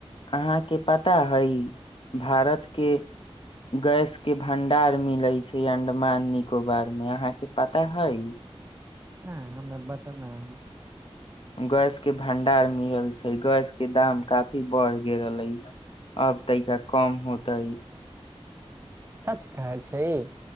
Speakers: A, on the left; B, on the right.
A: अहाँके पता हइ भारत के गैस के भंडार मिलै छै अंडमान निकोबार मे अहाँके पता हइ
B: ना हमरा बता न हई
A: गैस के भंडारार मिलल छै गैस के दाम काफी बढ़ गेल रहलै ह अब तैका कम होतै
B: सच कहै छै इ